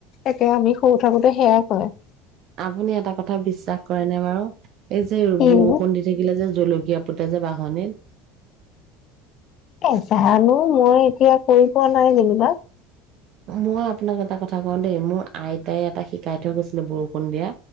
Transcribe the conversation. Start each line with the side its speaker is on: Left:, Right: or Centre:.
Left: একে আমি সৰু থাকোতে সেয়াই কৰে।
Right: আপুনি এটা কথা বিশ্বাস কৰে ন বাৰু এই যে যে
Left: কিনো
Right: বৰষুণ দি থাকিলে। যে জলকীয়া পুতে যে বাহনিত।
Left: এ জানো মই এতিয়া কৰি পোৱা নাই যেনিবা।
Right: মই আপোনাক এটা কথা কওঁ দেই মোৰ আইতাই এটা শিকাই থৈ গৈছিলে বৰষুণ দিয়া।